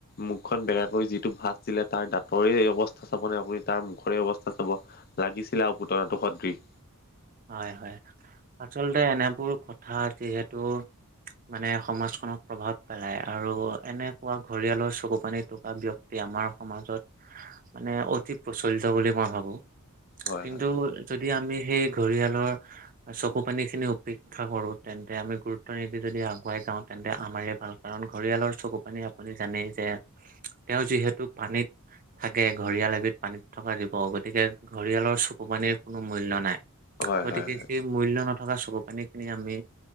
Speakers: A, on the left (about 45°); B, on the right (about 40°).
A: মুখখন বেকা কৰি যিটো ভাঁজ দিলে। তাৰ দাঁতৰে অৱস্থা চাব নে আপুনি তাৰ মুখৰে অৱস্থা চাব। লাগিছিলে আৰু পুতনাটো সদৃশ্য।।
B: হয় হয়। আচলতে এনেবোৰ কথা যিহেতু, মানে সমাজখনক প্ৰভাৱ পেলাই। আৰু এনেকুৱা ঘৰিয়ালৰ চকু পানী টকা ব্যক্তি, এ আমাৰ সমাজত মানে অতি প্ৰচলিত বুলি মই ভাবোঁ।
A: হয়
B: কিন্তু,
A: হয়
B: যদি আমি সেই ঘঁৰিয়ালৰ, চকু পানী খিনি উপেক্ষা কৰো। তেন্তে আমি গুৰুত্ব নিদি যদি আগুৱাই যাওঁ। তেন্তে আমাৰ ভাল কাৰণ ঘৰিয়ালৰ চকু পানী আপুনি জানেই যে, তেওঁ যিহেতু পানীত থাকে, ঘৰিয়াল এবিধ পানীত থকা জীৱ, গতিকে ঘৰিয়ালৰ চকু পানীৰ কোনো মূল্য নাই।
A: হয়
B: গতিকে,
A: হয়
B: সেই মূল্য নথকা চকু পানী খিনি আমি